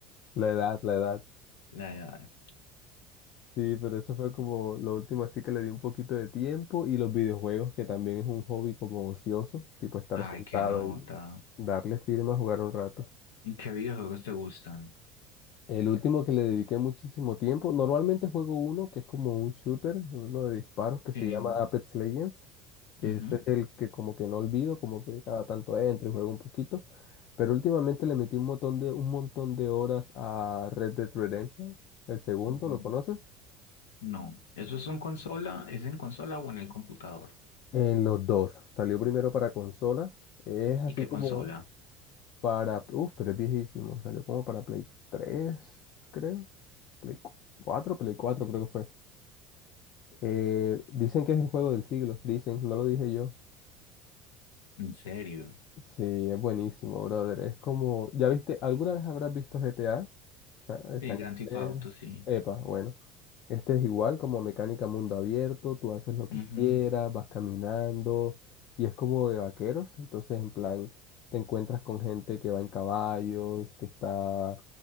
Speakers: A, on the left (about 60°); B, on the left (about 85°).
A: La edad, la edad.
B: La edad.
A: Sí, pero eso fue como lo último así que le di un poquito de tiempo. Y los videojuegos, que también es un hobby como ocioso, tipo estar
B: Ay,
A: sentado
B: qué nota.
A: y darle firma a jugar un rato.
B: ¿Y qué videojuegos te gustan?
A: El último que le dediqué muchísimo tiempo, normalmente juego uno que es como un shooter, uno de disparos que se
B: Sí.
A: llama Apex Legends, que
B: Ujú,
A: ese es el que como que no olvido, como que cada tanto entro y juego un poquito, pero últimamente le metí un montón de, un montón de horas a Red Dead Redemption, el segundo,
B: ujú.
A: ¿lo conoces?
B: No. ¿Eso es en consola? ¿Es en consola o en el computador?
A: En los dos, salió primero para consola, es así
B: ¿Y qué
A: como
B: consola?
A: para, uff, pero es viejísimo, salió como para Play 3, creo, Play 4, Play 4 creo que fue. Eh, dicen que es el juego del siglo, dicen, no lo dije yo.
B: ¿En serio?
A: Sí, es buenísimo, brother. Es como, ¿ya viste? ¿Alguna vez habrás visto GTA? Ah, eh,
B: Sí,
A: San
B: Grand Theft
A: Andreas.
B: Auto, sí.
A: Epa, bueno. Este es igual como mecánica mundo abierto, tú haces lo que
B: Ujú.
A: quieras, vas caminando y es como de vaqueros, entonces en plan te encuentras con gente que va en caballos, que está